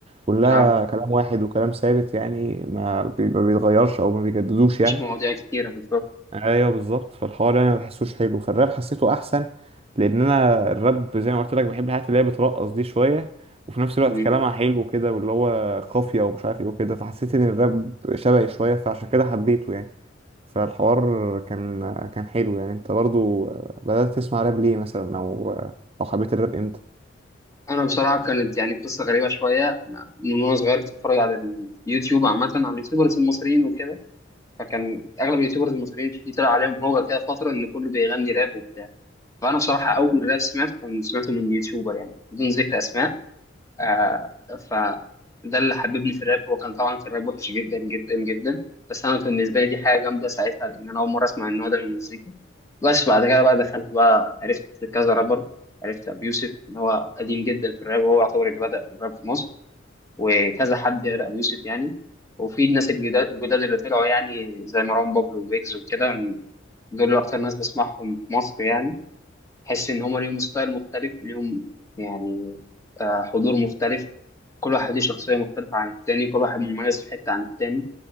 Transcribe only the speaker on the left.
اه
مفيش
مواضيع كتيرة بالظبط
مم.
أنا بصراحة كانت يعني قصة غريبة شوية أنا من وأنا صغير كنت بتفرج على اليوتيوب عامة على اليوتيوبرز المصريين وكده فكان أغلب اليوتيوبرز المصريين في طلع عليهم هو كده فترة إن كله بيغني راب وبتاع فأنا بصراحة أول راب سمعته كان سمعته من يوتيوبر يعني بدون ذكر أسماء آه فده اللي حببني في الراب هو كان طبعا كان الراب وحش جدا جدا جدا بس انا كان بالنسبه لي دي حاجه جامده ساعتها لان انا اول مره اسمع النوع ده من المزيكا بس بعد كده بقى دخلت بقى عرفت كذا رابر عرفت ابو يوسف ان هو قديم جدا في الراب وهو يعتبر اللي بدا الراب في مصر وكذا حد غير ابو يوسف يعني وفي الناس الجداد الجداد اللي طلعوا يعني زي مروان بابلو وبيجز وكده دول اكتر ناس بسمعهم في مصر يعني تحس ان هما ليهم ستايل مختلف ليهم يعني آه، حضور مختلف كل واحد ليه شخصية مختلفة عن التاني كل واحد مميز في حتة عن التاني